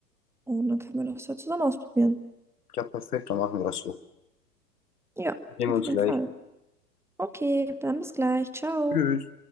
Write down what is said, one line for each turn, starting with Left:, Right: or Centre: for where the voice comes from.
Centre: Und dann können wir das ja zusammen ausprobieren.
Left: Ja, perfekt, dann machen wir das so.
Centre: Ja,
Left: Sehen
Centre: auf
Left: wir uns
Centre: jeden
Left: gleich.
Centre: Fall. Okay, dann bis gleich. Ciao.
Left: Tschüss.